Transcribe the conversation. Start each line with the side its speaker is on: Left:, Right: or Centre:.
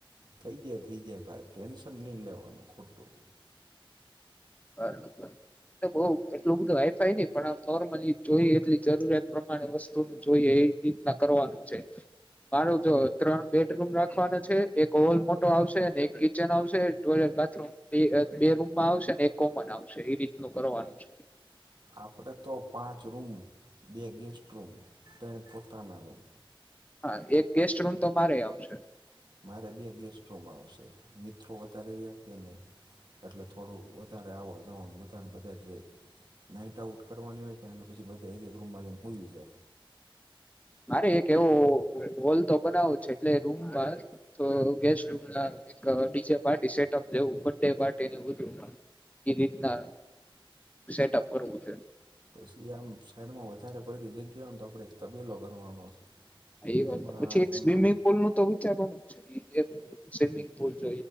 Right: થઈ જાય થઇ જાય ભાઈ ટેન્શન નઈ લેવાનું ખોટું.
Left: બરાબર, ને બોવ એટલું બધું વાઇફાઈ નહી પણ આ નોર્મલી જોઈ એટલી જરૂરિયાત પ્રમાણે વસ્તુનું જોઈએ એ રીતના કરવાનું છે. મારું જો ત્રણ બેડરૂમ રાખવાનું છે. એક હોલ મોટો આવશે એક કિચન આવશે ટોયલેટ બાથરૂમ બે રૂમમાં આવશે ને એક કોમન આવશે એ રીતનું કરવાનું છે.
Right: આપડે તો પાંચ રૂમ બે ગેટ તે પોતાના રૂમ
Left: હા, એક ગેસ્ટ રૂમ તો મારે આવશે.
Right: મારે બે ગેસ્ટ રૂમ આવશે. મિત્રો વધારે રયા કે નહીં એટલે થોડું વધારે આવવા જવાનું. કાર બદલ રહે નાઇટ આઉટ કરવાની હોય કે એટલે પછી બધા એક એક રૂમમાં હોય છે.
Left: મારે એક એવો હોલ તો બનાવ છે, એટલે રૂમમાં ગેસ્ટ રમ એક ડીજે પાર્ટી સેટઅવું બે પાર્ટીને બધું એ રીતના સેટઅપ કરવું છે.
Right: પછી આમ સાઈડમાં વધારે પડેતી જગ્યાને તો આપડે એક તબેલો કરવાનો છે.
Left: એ વાત
Right: એમાં
Left: પછી એક
Right: એમાં
Left: સ્વિમિંગ પુલ નું તો વિચાર બન જ છે. એક સ્વિમિંગ પુલ છે.